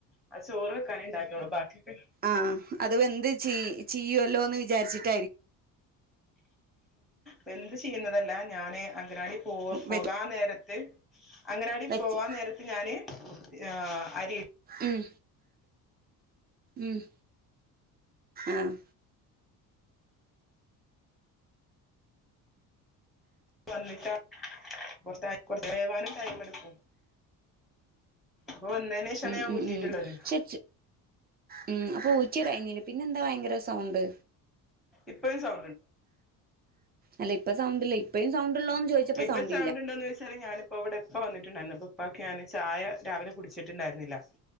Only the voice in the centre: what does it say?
ആ ചോറ് വെക്കാനേ ണ്ടായിരുന്നൊള്ളു. ബാക്കിയൊക്കെ
വെന്ത് ചീയ്യുന്നതല്ല ഞാന് അങ്കനവാടി പോവ് പോകാൻ
നേരത്ത് അങ്ങനവാടി
പോവാൻ നേരത്ത് ഞാന് ആ അരി
വന്നിട്ടാ <unintelligible> വേവാനും ടൈം എടുക്കും. അപ്പം വന്നേനേഷാണ്
ഞാൻ
ഊറ്റീട്ട്ള്ളത്.
ഇപ്പഴും സൗ
ഇപ്പൊ
സൗണ്ട്ണ്ടോന്ന് വെച്ചാല് ഞാന് ഇപ്പം ഇവിടെ ഇപ്പ വന്നിട്ടുണ്ടായിരുന്നു അപ്പം ഇപ്പാക്ക് ഞാന് ചായ രാവിലെ കുടിച്ചിട്ടുണ്ടായിരുന്നില്ല